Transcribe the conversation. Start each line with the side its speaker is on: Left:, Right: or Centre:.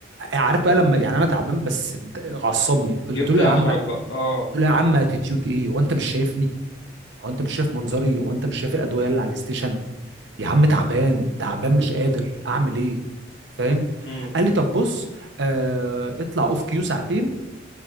Right: عارف بقى لما يعني انا تعبان بس بد- عصبني قلت
Left: جبت
Right: له
Left: اخرك
Right: يا عم
Left: بقى اه
Right: قلت له يا عم اتيتيود ايه هو انت مش شايفني هو انت مش شايف منظري هو انت مش شايف الادويه اللي على الستيشن يا عم تعبان تعبان مش قادر اعمل ايه فاهم
Left: امم
Right: قال لي طب بص آه اطلع اوف كيو ساعتين